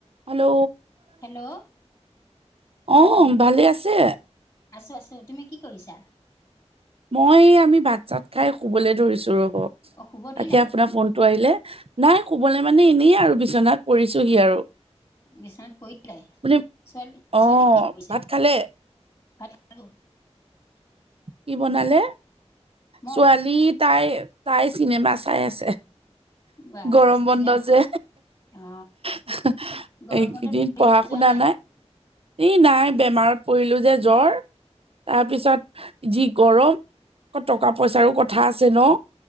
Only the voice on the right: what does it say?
Hello?
অ', ভালে আছে?
মই আমি ভাত চাত খাই শুবলৈ ধৰিছোঁ ৰব,
তাকে আপোনাৰ ফোনটো আহিলে। নাই শুবলে মানে এনেই আৰু বিচনাত পৰিছোহি আৰু।
মানে
অ
ভাত খালে
কি বনালে?
ছোৱালী তাই-তাই চিনেমা চাই আছে।
গৰম
বন্ধ যে।
<unintelligible>
এইকেইদিন
পঢ়া শুনা
নাই। এই নাই বেমাৰত পৰিলোঁ যে জ্বৰ, তাৰপিছত যি গৰম। আক টকা পইচাৰো কথা আছে ন।